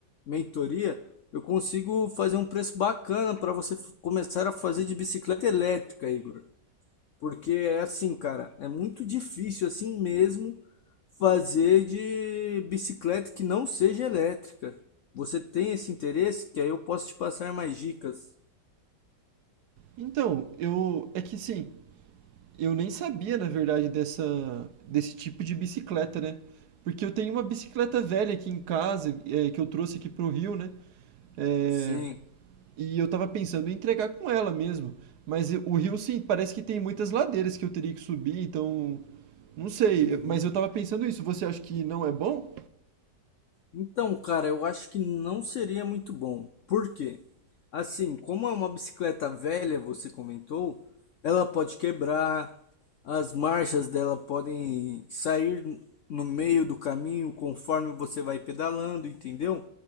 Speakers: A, on the left (about 75°); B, on the right (about 70°).
A: mentoria, eu consigo fazer um preço bacana para você f- começar a fazer de bicicleta elétrica, Igor. Porque é assim, cara, é muito difícil assim mesmo fazer de bicicleta que não seja elétrica. Você tem esse interesse? Que aí eu posso te passar mais dicas.
B: Então, eu é que sim, eu nem sabia, na verdade, dessa desse tipo de bicicleta, né? Porque eu tenho uma bicicleta velha aqui em casa, é, que eu trouxe aqui pro Rio, né? É,
A: Sim.
B: E eu tava pensando em entregar com ela mesmo. Mas eu- o rio, sim, parece que tem muitas ladeiras que eu teria que subir, então. Não sei,
A: Uhum.
B: eu- mas eu tava pensando isso. Você acha que não é bom?
A: Então, cara, eu acho que não seria muito bom. Por quê? Assim, como é uma bicicleta velha, você comentou, ela pode quebrar, as marchas dela podem sair no meio do caminho conforme você vai pedalando, entendeu?